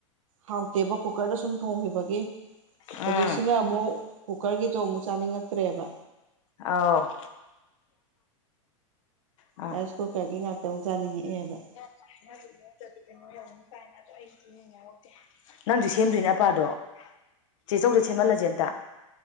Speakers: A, on the right (about 70°); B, on the left (about 70°).
A: ꯍꯥꯎꯇꯦꯕ ꯀꯨꯀ꯭ꯔꯗ ꯁꯨꯝ ꯊꯣꯡꯈꯤꯕꯒꯤ
B: ꯎꯝ
A: ꯍꯧꯖꯤꯛꯁꯤꯅ ꯑꯃꯨꯛ ꯀꯨꯀ꯭ꯔꯒꯤꯗꯣ ꯑꯃꯨꯛ ꯆꯥꯅꯤꯡꯉꯛꯇ꯭ꯔꯦꯕ
B: ꯑꯧ ꯑꯥ
A: ꯔꯥꯏꯁ ꯀꯨꯀꯔꯒꯤ ꯉꯛꯇ ꯑꯃꯨꯛ ꯆꯥꯅꯤꯡꯉꯛꯑꯦꯕ
B: <unintelligible> ꯅꯪꯁꯨ ꯁꯦꯝꯗꯣꯏꯅꯦ ꯑꯄꯥꯗꯣ ꯆꯦ ꯆꯧꯗ ꯁꯦꯝꯍꯜꯂꯁꯦ ꯑꯝꯇ